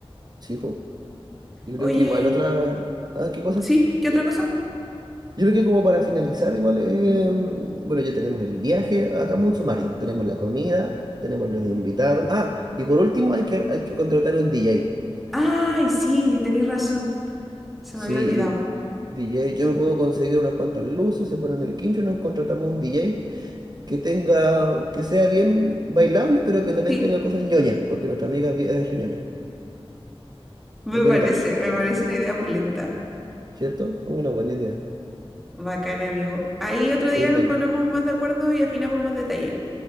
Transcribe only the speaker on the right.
Sí, pues. Yo
creo que igual otra. Ah, ¿qué cosa?
Yo creo que como para finalizar, igual. eh, bueno, ya tenemos el viaje, hagamos un sumario. Tenemos la comida, tenemos los invitados. Ah, y por último, hay que, hay que contratar un DJ.
Sí,
y DJ, yo me puedo conseguir unas cuantas luces, se ponen el quincho y nos contratamos un DJ que tenga, que sea bien bailable, pero que también
tenga cosas ñoñas, porque nuestra amiga es bien- es re ñoña,
es bien
otaku.
¿cierto? Una buena idea.
Oye, me,